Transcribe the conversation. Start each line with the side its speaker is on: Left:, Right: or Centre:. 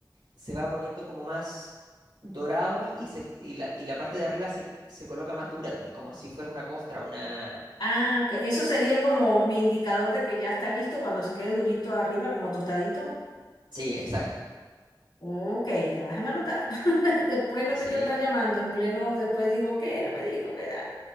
Right: se va poniendo como más dorado y, se, y, la, y la parte de arriba se, se coloca más dura también, como si fuera una costra, una...
Left: Ah, ok, eso sería como mi indicador de que ya está listo cuando se quede durito arriba, como tostadito.
Right: Sí, exacto,
Left: Ok, ya vas a anotar. <laughs> Después no
Right: sí.
Left: te quiero estar llamando en pleno, después digo, ¿qué? No me dijo, ¿qué tal?